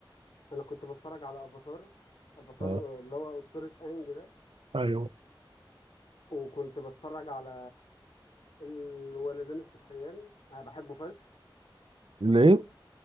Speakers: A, on the left; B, on the right.
A: انا كنت بتفرج على افاتار افاتار
B: اه
A: آه، اللي هو أسطورة انج ده
B: ايوه
A: وكنت بتفرج على الولدين السحريان انا بحبه فشخ
B: اللي ايه؟